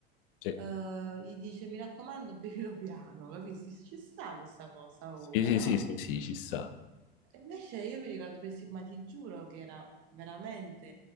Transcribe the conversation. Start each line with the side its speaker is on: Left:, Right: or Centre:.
Left: Sì,
Right: eh, gli dice mi raccomando <laughs> bevilo piano, capisci? Ci sta questa cosa
Left: sì,
Right: ora,
Left: sì,
Right: no?
Left: sì, sì, sì, ci sta.
Right: E Invece io mi ricordo Pessima, ma ti giuro che era veramente